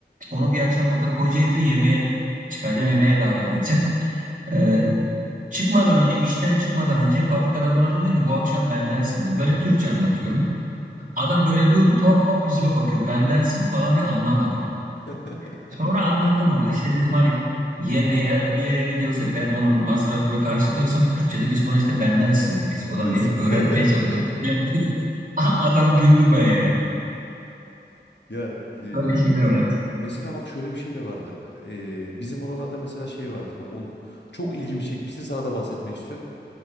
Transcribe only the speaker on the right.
Onu bir akşam burada Kocaeli'de yemeğe çıkaracağım, yemeğe davet edeceğim. Ee, çıkmadan önce, işten çıkmadan önce fabrikada buna dedim ki bu akşam bendensin dedim. Böyle Türkçe anlatıyorum. Adam böyle durdu tuhaf tuhaf yüzüme bakıyor. Bendensin falan diye anlamadı.
Sonra anlattım ona. İşte dedim hani yemeğe ya da bir yere gidiyorsak ben onun masrafını karşılıyorsam Türkçe'de biz buna işte bendensin diyoruz
falan diye öğretmeye
çalıştım. <laughs> Adam güldü bayağı.
Böyle şeyler var evet.